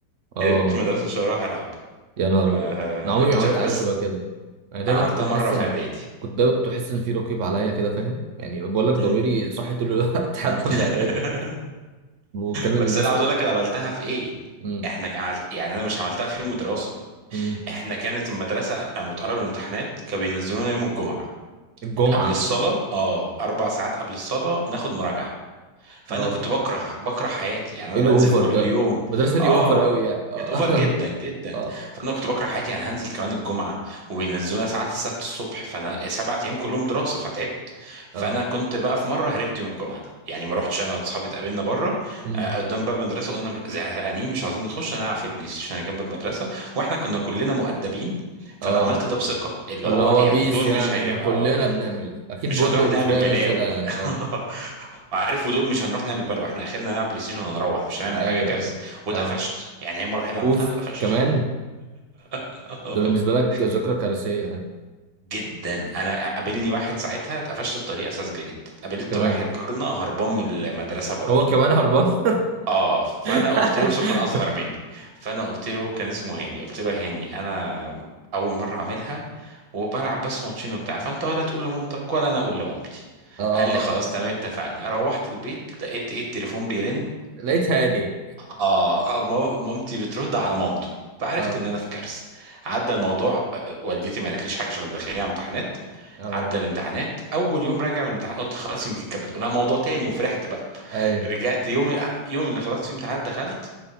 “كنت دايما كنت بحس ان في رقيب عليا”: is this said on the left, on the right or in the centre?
Right